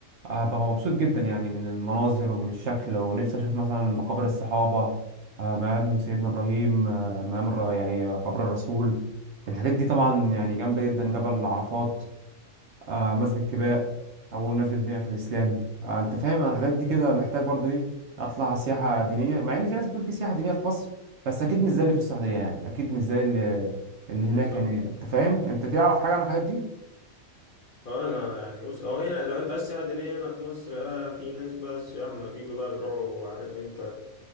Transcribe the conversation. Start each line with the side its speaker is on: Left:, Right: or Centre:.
Right: هبقى مبسوط جدا يعني من المناظر ومن الشكل ونفسي اشوف مثلا مقابر الصحابة آه، مقام سيدنا ابراهيم آه، مقام الر- يعني قبر الرسول الحاجات دي طبعا يعني جامدة جدا جبل عرفات آه، مسجد كباء اول مسجد بنا في الاسلام آه، انت فاهم انا الحاجات دي كده محتاج برضو ايه اطلع سياحة دينية مع ان في ناس بتقول في سياحة دينية في مصر بس اكيد مش زي اللي في السعودية يعني اكيد مش زي اللي اللي هناك
Left: بالظبط
Right: يعني انت فاهم انت تعرف حاجة عن الحاجات دي
Left: اه انا يعني بص او هنا لو انت عايز سياحه دينيه هنا في مصر بقى في ناس بقى السياح لما بيجوا بقى بيروحوا عارف انت